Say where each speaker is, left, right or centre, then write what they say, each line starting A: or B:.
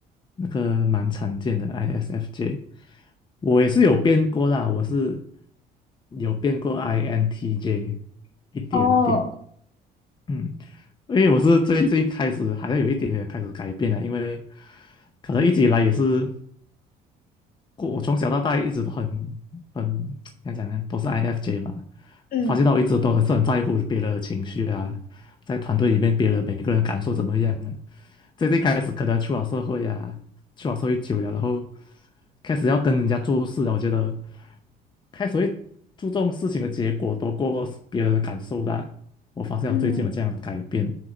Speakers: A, on the left (about 25°); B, on the left (about 60°).
A: 那个蛮常见的 ISFJ，我也是有变过啦，我是有变过 INTJ 一点点，
B: 哦，
A: 嗯，因为我是最最开始好像有一点点开始改变了，因为可能一直以来也是。过我从小到大一直都很很怎么讲呢，都是 INFJ 嘛。
B: 嗯
A: 发现到我一直都很是很在乎别人的情绪啊，在团队里面别人每个人感受怎么样啊。最近开始可能出了社会啊，出了社会久了，然后开始要跟人家做事了，我觉得开始会注重事情的结果多过别人的感受的啊我发现我最近有这样的改变，
B: 嗯